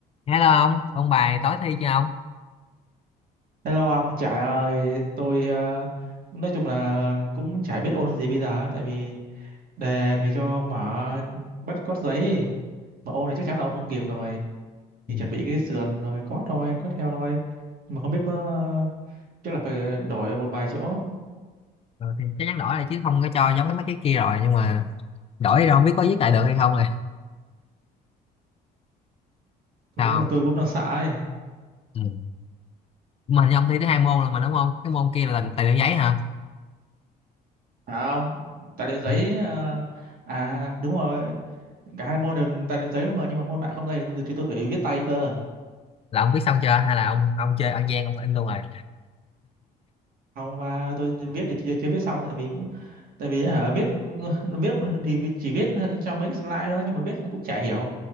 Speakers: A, on the left; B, on the right.
A: hello ông ông bài tối thi chưa ông
B: Hello ông Trải ơi, tôi ờ, nói chung là cũng chả biết ôn gì bây giờ á, tại vì đề thầy cho mở bắt cót giấy mà ôn thì chắc chắn là ôn không kịp rồi thì
A: Ừ.
B: chuẩn bị cái sườn rồi cót thôi cót theo thôi nhưng mà không biết có chắc là phải đổi một vài chỗ
A: ừ, thì chắc chắn đổi rồi chứ không có cho giống mấy cái kia rồi nhưng mà đổi rồi không biết có viết
B: hy
A: lại
B: vọng
A: được
B: được
A: hay không rồi
B: đúng
A: sao
B: là
A: không?
B: tôi cũng đang sợ ấy
A: Ừ. mà hình như ông thi tới hai môn rồi mà đúng không cái môn kia là tài liệu giấy hả
B: à không tài liệu giấy
A: Ừ.
B: ờ, à đúng rồi cả hai môn đều tài liệu giấy đó mà nhưng mà môn mạng không đây thì tôi thì tôi phải viết tay cơ
A: là ông viết xong chưa hay là ông ông chơi ăn gian ông in luôn rồi
B: không mà tôi viết thì chưa, chưa viết xong tại vì cũng tại vì hả viết <laughs> viết thì chỉ viết trong mấy cái slide đó nhưng mà viết cũng chả hiểu